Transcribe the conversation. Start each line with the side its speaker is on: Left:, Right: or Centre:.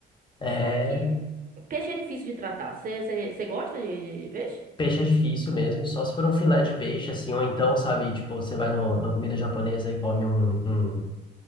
Left: É,
Right: Só que peixe é difícil de tratar. Você gosta de, de de peixe?
Left: peixe é difícil mesmo, só se for um filé de peixe, assim, ou então, sabe, tipo, você vai no, na comida japonesa e come um, um,